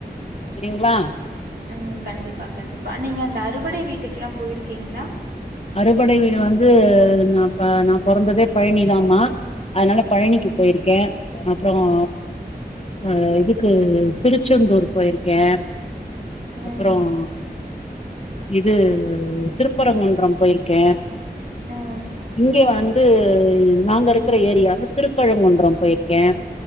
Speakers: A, on the left (about 40°); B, on the right (about 70°).
A: செரிங்களா
B: உம் கண்டிப்பா கண்டிப்பா நீங்க இந்த அறுபடை வீட்டுக்குெல்லாம் போயிருக்கீங்களா
A: அறுபடை வீடு வந்து ந நான பெறந்ததே பழனிதாம்மா அதனால பழனிக்கு
B: ம்
A: போயிருக்கேன் அப்பறம் அ இதுக்கு திருச்செந்தூர் போயிருக்கேன்
B: ம்
A: அப்பறம் இது திருப்பரங்குன்றம் போயிருக்கேன்
B: ம்
A: இங்க வந்து நாங்கள் இருக்கிற ஏரியாவில் திருக்கழுங்குன்றம் போயிருக்கேன்